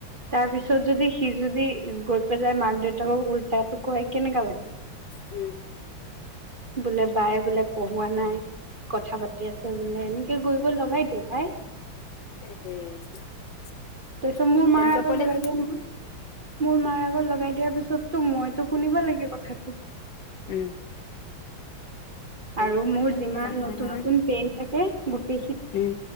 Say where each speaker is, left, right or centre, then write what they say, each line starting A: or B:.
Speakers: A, on the right; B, on the left.
A: তাৰপিছত যদি সি যদি গৈ পেলাই মাক দেউতাকক উলটাটো কয় কেনেকা লাগিল
B: উম।
A: বোলে বাই বোলে পঢ়োৱা নাই। কথা পাতি আছে বোলে এনেকে গৈ গৈ লগাই দিয়ে ভাই।
B: <unintelligible>
A: তাৰপিছত মোৰ মাৰ
B: তেনেকুৱা
A: আগত
B: পলি
A: লগাই দিয়ে নহয়। মোৰ মাৰ আগত লগাই দিয়াৰ পিছতটো মইতো শুনিব লাগে কথাটো।
B: উম। তেনেকুৱা
A: আৰু
B: পলিটিউচন
A: মোৰ যিমান
B: কৰি লাভ
A: নতুন
B: নাই নহয়
A: নতুন পেইন থাকে গোটেইখিনি
B: উম